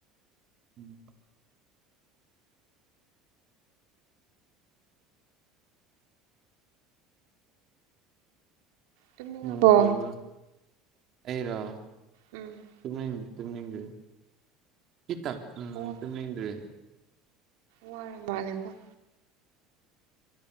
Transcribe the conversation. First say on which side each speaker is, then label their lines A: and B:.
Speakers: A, on the right (about 45°); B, on the right (about 80°).
A: ꯎꯝ
B: ꯇꯨꯝꯅꯤꯡꯉꯕꯣ
A: ꯅꯣꯡ ꯆꯨꯕ꯭ꯔꯥ ꯑꯩꯔꯣ
B: ꯎꯝ
A: ꯇꯨꯝꯅꯤꯡ ꯇꯨꯝꯅꯤꯡꯗꯦ ꯈꯤꯇꯪ ꯎꯝ
B: ꯑꯣ
A: ꯇꯨꯝꯅꯤꯡꯗ꯭ꯔꯦ
B: ꯋꯥꯔ ꯃꯥꯜꯂꯦꯀꯣ